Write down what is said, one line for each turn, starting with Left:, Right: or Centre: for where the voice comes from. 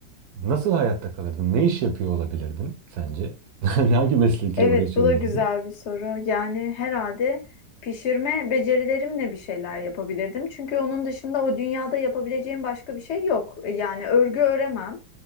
Right: nasıl hayatta kalırdın? Ne iş yapıyor olabilirdin sence? <laughs> Hangi meslekle
Left: Evet,
Right: uğraşıyor
Left: bu da
Right: olabilirdin?
Left: güzel bir soru. Yani herhalde pişirme becerilerimle bir şeyler yapabilirdim. Çünkü onun dışında o dünyada yapabileceğim başka bir şey yok. E, Yani örgü öremem.